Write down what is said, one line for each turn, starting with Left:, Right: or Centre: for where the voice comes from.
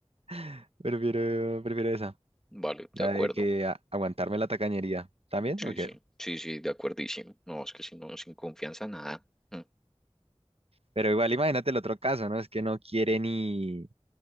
Right: <laughs> prefiero, prefiero esa.
Centre: Vale,
Right: La
Centre: de acuerdo.
Right: de que a- aguantarme la tacañería. ¿También?
Centre: Sí,
Right: Ok.
Centre: sí, sí, sí, de acuerdísimo. No, es que si no, sin confianza, nada. Mm,
Right: Pero igual imagínate el otro caso, ¿no? Es que no quiere ni,